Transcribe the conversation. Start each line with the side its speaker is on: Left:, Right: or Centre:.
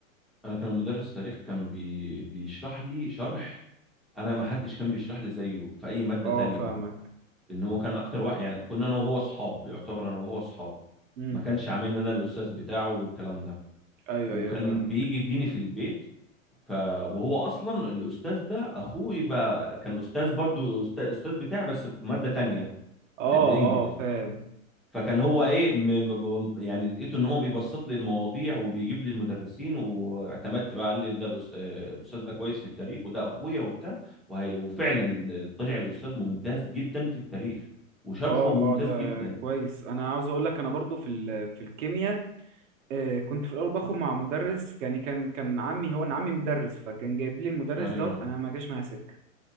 Centre: انا كان مدرس تاريخ كان بي... بيشرح لي شرح انا ما حدش كان بيشرح لي زيه في اي ماده
Right: اه
Centre: تانية
Right: فاهمك
Centre: ان هو كان اكتر واحد يعني كنا انا وهو اصحاب يعتبر انا وهو اصحاب
Right: امم
Centre: ما كانش عاملني انا الاستاذ بتاعه والكلام ده
Right: ايوه
Centre: وكان
Right: ايوه فاهمك
Centre: بيجي يديني في البيت ف وهو اصلا الاستاذ ده اخوه يبقى كان استاذ برضو استاذ, أستاذ بتاعي بس في ماده تانية
Right: اه
Centre: في الانجليش
Right: اه فاهم
Centre: فكان هو ايه م... م- م- يعني لقيته ان هو بيبسط لي المواضيع وبيجيب لي المدرسين واعتمدت بقى قال لي ده الأس... آه، الاستاذ ده كويس في التاريخ وده اخويا وبتاع وهي... وفعلا طلع الاستاذ ممتاز جدا في التاريخ وشرحه
Right: اه
Centre: ممتاز
Right: اه ده
Centre: جدا
Right: كويس انا عاوز اقول لك انا برضو في ال... في الكيمياء آه كنت في الاول باخد مع مدرس يعني كان كان عمي هو انا عمي مدرس فكان جايب لي المدرس
Centre: ايوه
Right: دوت انا ما جاش معايا سكه